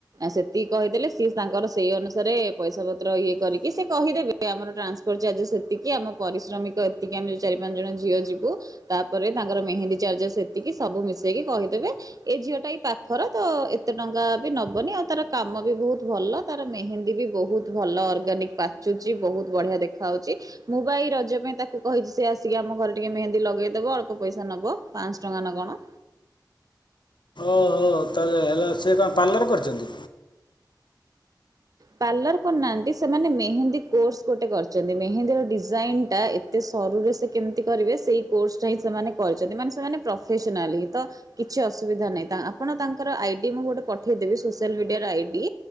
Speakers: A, on the right; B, on the left.
A: ସେତିକି କହିଦେଲେ ସିଏ ତାଙ୍କର ସେଇ ଅନୁସାରେ ପଇସା ପତ୍ର ଇଏ କରିକି ସେ କହିଦେବେ। ଆମର ଟ୍ରାନ୍ସପୋର୍ଟ ଚାର୍ଜେସ ସେତିକି ଆମ ପରିଶ୍ରମିକ ଏତିକି ଆମେ ଯ ଚାରି ପାଞ୍ଚ ଜଣ ଝିଅ ଯିବୁ ତାପରେ ତା ତାଙ୍କର ମେହେନ୍ଦୀ ଚାର୍ଜେସ୍ ସେତିକି ସବୁ ମିଶେଇକି କହିଦେବେ। ଏ ଝିଅ ଟା ଏଇ ପାଖର ତ ଏତେ ଟଙ୍କା ବି ନବନି। ଆଉ ତାର କାମ ବି ବହୁତ ଭଲ। ତାର ମେହେନ୍ଦୀ ବି ବହୁତ ଭଲ ଅର୍ଗାନିକ ପାଚୁଛି ବହୁତ ବଢିଆ ଦେଖାହାଉଛି। ମୁଁ ବା ଏଇ ରଜ ପାଇଁ ତାକୁ କହିଛି ସେ ଆସିକି ଆମ ଘରେ ଟିକେ ମେନ୍ଦୀ ଲଗେଇଦବ। ପଇସା ନବ ପାଞ୍ଚଶ ଟଙ୍କା ନା କଣ।
B: ଓହୋ ତାହେଲେ ହେଲା ସେ କଣ ପାର୍ଲର କରିଛନ୍ତି।
A: ପାର୍ଲର କରନାହାଁନ୍ତି ସେମାନେ ମେହେନ୍ଦୀ କୋର୍ସ ଗୋଟେ କରିଛନ୍ତି। ମେହେନ୍ଦୀର ଡିଜାଇନ୍ ଟା ଏତେ ସରୁରେ ସେ କେମିତି କରିବେ ସେଇ କୋର୍ସଟା ହିଁ ସେମାନେ କରିଛନ୍ତି। ମାନେ ସେମାନେ ପ୍ରଫେସନାଲି ତ କିଛି ଅସୁବିଧା ନାହିଁ। ତା ଆପଣ ତାଙ୍କର ଆଇଡି ମୁଁ ଗୋଟେ ପଠେଇଦେବି ସୋସିଆଲ ମିଡିଆର ଆଇଡି।